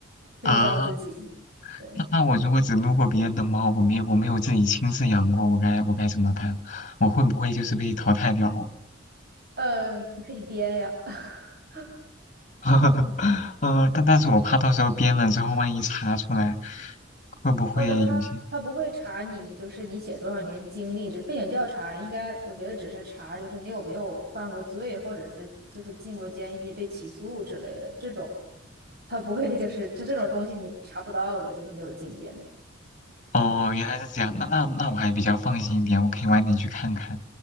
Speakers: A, on the right; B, on the left.
A: 推销自己。
B: 啊，
A: 对，
B: 那那我如果只撸过别人的猫，我没有我没有自己亲自养过，我该我该怎么办？我会不会就是被淘汰掉啊？
A: 呃，你可以编呀。<laughs>
B: <laughs> 呃，但但是我怕到时候编了之后，万一查出来，会不会有些？
A: 哦，那他他不会查你，就是你写多少年经历，这背景调查应该，我觉得只是查就是你有没有犯过罪，或者是就是进过监狱、被起诉之类的这种，他不会就是这这种东西你查不到的，就有没有经验。
B: 哦，原来是这样，那那那我还比较放心一点，我可以晚点去看看。